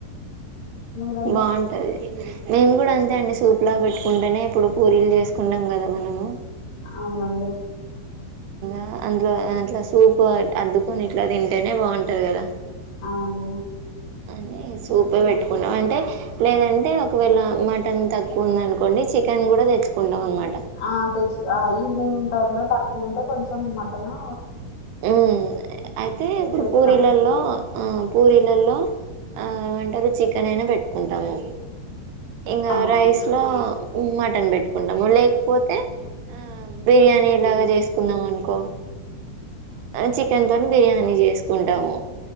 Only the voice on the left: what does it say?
మీరండి
అవునండి
అవునండి
ఆ తెచ్చి ఆ ఈవినింగ్ టైం లో తక్కువ ఉంటే కొంచెం మటను
చేస్తాము
ఆ
అవును